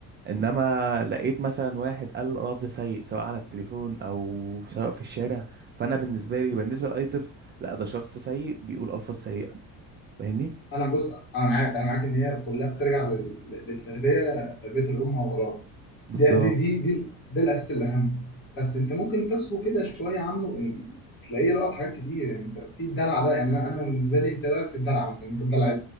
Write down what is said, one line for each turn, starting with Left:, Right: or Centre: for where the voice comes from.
Right: انما لقيت مثلا واحد قال لفظ سيء سواء على التليفون او سواء في الشارع فانا بالنسبه لي بالنسبه لاي طفل لا ده شخص سيء بيقول الفاظ سيئه فاهمني
Left: انا بص انا معاك انا معاك ان هي كلها بترجع لل- للتربيه تربيه الام واولاد
Right: بالظبط
Left: دي دي دي دي, ده الاساس الاهم بس انت ممكن تسهو كده شويه عنه ان تلاقيه لقط حاجات كتير يعني انت في الدلع ده يعني انا أنا بالنسبه لي انت رايك في الدلع مثلا انت الدلع